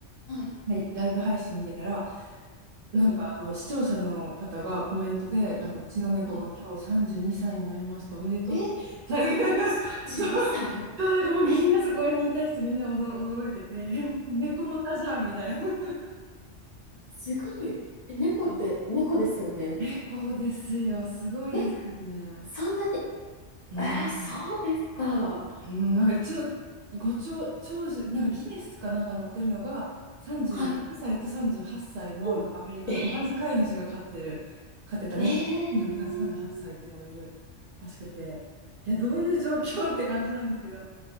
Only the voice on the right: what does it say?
はいライブ配信見てたら、なんかあの視聴者の方がコメントで、
なんかうちの猫が今日32歳にさいになりました、
おめでとうって。
<laughs> そ
う、そう、なんかもうみんなそこにいた人みんな驚、
驚いてて、え、猫またじゃんみたいな。<laughs>
そう
猫ですよ、すごいですよね。
うん。
うん、なんか一応、ご長、長寿、なんかギネスかなんか載ってるのが、36歳と38歳の、
なんかアメリカの同じ飼い主が飼ってる、飼ってた猫、
36歳と38歳っさいっていうのがいるらしくて、いや、どういう状況って感じなんですけど、